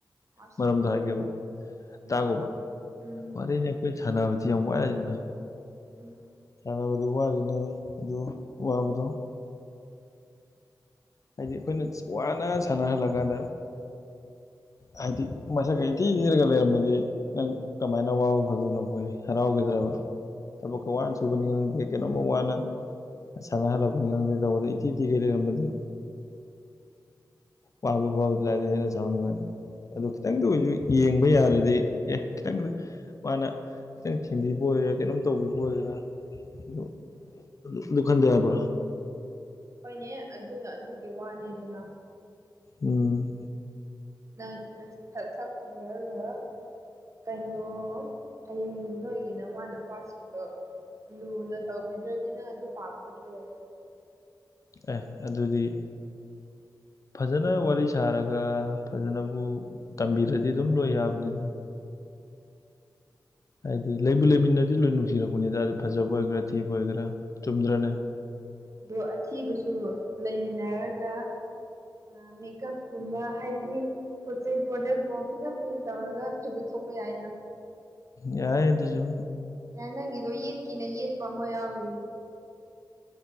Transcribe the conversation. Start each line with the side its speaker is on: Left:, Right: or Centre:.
Right: ꯑꯁ
Left: ꯃꯔꯝꯗꯣ ꯍꯥꯏꯒꯦꯕ
Right: ꯎꯝ
Left: ꯇꯥꯒꯣꯕ
Right: ꯎꯝ
Left: ꯋꯥꯔꯤꯅꯤ ꯈꯣꯏ ꯁꯥꯟꯅꯕꯗꯤ ꯌꯥꯝ ꯋꯥꯏꯗꯅ
Right: ꯎꯝ
Left: ꯁꯥꯟꯅꯕꯗꯤ ꯋꯥꯔꯤꯅꯦ ꯑꯗꯨ ꯋꯥꯕꯗꯣ ꯍꯥꯏꯗꯤ ꯑꯩꯈꯣꯏꯅ ꯋꯥꯅ ꯁꯥꯟꯅ ꯍꯜꯂꯀꯥꯟꯗ ꯍꯥꯏꯗꯤ ꯃꯁꯛꯀ ꯏꯊꯤ ꯊꯤꯔꯒ ꯂꯩꯔꯝꯃꯗꯤ ꯅꯪ ꯀꯃꯥꯏꯅ ꯋꯥꯕ ꯐꯗꯣꯏꯅꯣ ꯑꯈꯣꯏ ꯍꯔꯥꯎꯒꯤꯗ꯭ꯔꯕ ꯊꯕꯛꯀ ꯋꯥꯅ ꯁꯨꯕꯅꯤ ꯀꯦ ꯀꯩꯅꯣꯝꯃ ꯋꯥꯅ ꯁꯥꯟꯅ ꯍꯜꯂꯛꯄꯅꯤ ꯈꯪꯗꯦ ꯇꯧꯕꯗ ꯏꯊꯤ ꯊꯤꯒꯩ ꯂꯩꯔꯝꯃꯗꯤ ꯋꯥꯕ ꯐꯥꯕꯗꯤ ꯂꯥꯏꯗꯅ ꯍꯦꯟꯅ ꯁꯥꯎꯅꯤꯡꯉꯅꯤ ꯑꯗꯣ ꯈꯤꯇꯪꯗ ꯑꯣꯏꯖꯨ ꯌꯦꯡꯕ ꯌꯥꯔꯗꯤ ꯑꯦ ꯈꯤꯇꯪ ꯃꯥꯅ ꯈꯤꯇꯪ ꯊꯦꯝꯕꯤꯕ ꯑꯣꯏꯒꯦꯔꯥ ꯀꯩꯅꯣꯝ ꯇꯧꯕꯤꯕ ꯑꯣꯏꯒꯦꯔꯥ ꯑꯗꯨ ꯑꯗꯨ ꯑꯗꯨ ꯈꯟꯗ ꯌꯥꯕ꯭ꯔꯣ
Right: ꯍꯣꯏꯅꯦ ꯑꯗꯨꯅ ꯑꯗꯨꯒꯤ ꯋꯥꯅꯤꯗꯅ
Left: ꯎꯝ
Right: ꯅꯪ ꯁꯛ ꯐꯖꯔꯒ ꯀꯩꯅꯣ ꯍꯌꯦꯡ ꯅꯣꯏꯒꯤ ꯅꯃꯥꯅ ꯄꯥꯁꯤꯡꯗꯣ ꯂꯨꯅ ꯇꯧꯕꯤꯗ꯭ꯔꯗꯤ ꯅꯪ ꯑꯗꯨ ꯄꯥꯝꯒꯗ꯭ꯔꯣ
Left: ꯑꯦ ꯑꯗꯨꯗꯤ ꯐꯖꯅ ꯋꯥꯔꯤ ꯁꯥꯔꯒ ꯐꯖꯅꯕꯨ ꯇꯝꯕꯤꯔꯗꯤ ꯑꯗꯨꯝ ꯂꯣꯏ ꯌꯥꯕꯅꯤꯗ ꯍꯥꯏꯗꯤ ꯂꯩꯕꯨ ꯂꯩꯃꯤꯟꯅꯔꯗꯤ ꯂꯣꯏ ꯅꯨꯡꯁꯤꯔꯛꯄꯅꯤꯗ ꯐꯖꯕ ꯑꯣꯏꯒꯦꯔꯥ ꯊꯤꯕ ꯑꯣꯏꯒꯦꯔꯥ ꯆꯨꯝꯗ꯭ꯔꯅꯦ
Right: ꯑꯗꯣ ꯑꯊꯤꯕꯁꯨ ꯂꯩꯃꯤꯟꯅꯔꯒ ꯑꯥ ꯃꯦꯀꯞꯀꯨꯝꯕ ꯍꯥꯏꯗꯤ ꯄꯣꯠ ꯆꯩ ꯄ꯭ꯔꯣꯗꯛꯄꯥꯎ ꯐꯖꯅ ꯐꯖꯅ ꯇꯧꯔꯒ ꯐꯖꯊꯣꯛꯄ ꯌꯥꯏꯅ
Left: ꯌꯥꯏ ꯑꯗꯨꯖꯨ
Right: ꯑꯦ ꯅꯪꯒꯤꯗꯣ ꯌꯦꯠꯀꯦꯅ ꯌꯦꯠꯄ ꯑꯃ ꯌꯥꯎꯔꯤ